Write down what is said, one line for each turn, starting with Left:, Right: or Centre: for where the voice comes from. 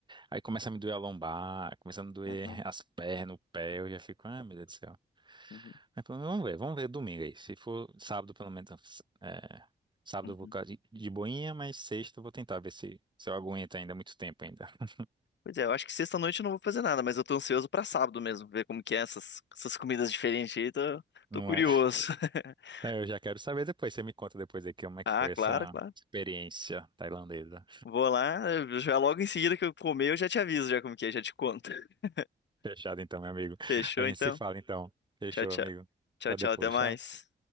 Right: Aí começa a me doer a lombar, começa a me doer
Left: Uhum,
Right: <laughs> as pernas, o pé, eu já fico, ah, meu Deus do céu.
Left: uhum,
Right: Mas pelo menos vamos ver, vamos ver domingo aí. Se for sábado, pelo menos, é, sábado
Left: uhum.
Right: eu vou ficar de, de boinha, mas sexta eu vou tentar ver se, se eu aguento ainda muito tempo ainda. <laughs>
Left: Pois é, eu acho que sexta-noite eu não vou fazer nada, mas eu tô ansioso pra sábado mesmo, ver como que é essas, essas comidas diferentes aí, tô,
Right: Não
Left: tô curioso.
Right: é?
Left: <laughs>
Right: Aí Eu já quero saber depois, você me conta depois aqui como é que
Left: Ah,
Right: foi
Left: claro,
Right: essa
Left: claro.
Right: experiência tailandesa.
Left: Vou lá, eu já logo em seguida que eu comer, eu já te aviso já como que é, já te conto. <laughs>
Right: Fechado então, meu amigo.
Left: Fechou
Right: A gente
Left: então?
Right: se fala então. Fechou,
Left: Tchau, tchau.
Right: amigo.
Left: Tchau,
Right: Até
Left: tchau,
Right: depois,
Left: até mais.
Right: tchau.